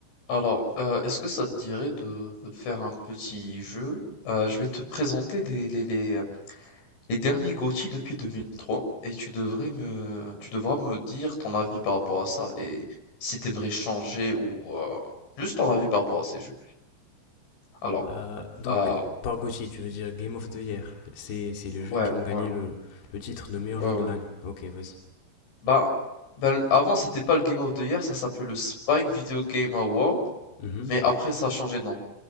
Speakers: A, on the left (about 80°); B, on the left (about 60°).
A: Alors, euh, est-ce que ça te dirait de, de faire un petit jeu? Euh, je vais te présenter les, les, les, euh, les derniers GOTY depuis 2003 et tu devrais me, tu devras me dire ton avis par rapport à ça et si t'aimerais changer ou euh, juste ton avis par rapport à ces jeux. Alors,
B: Euh, donc,
A: euh,
B: par GOTY, tu veux dire Game of the Year. C'est, c'est les jeux
A: ouais,
B: qui ont gagné
A: ouais,
B: le, le titre de meilleur
A: ouais,
B: jeu de
A: ouais.
B: l'année. Ok, vas-y.
A: Bah, ben, avant c'était pas le Game of the Year, ça s'appelait le Spike Video Game Award,
B: Mhm,
A: mais après ça a changé de nom.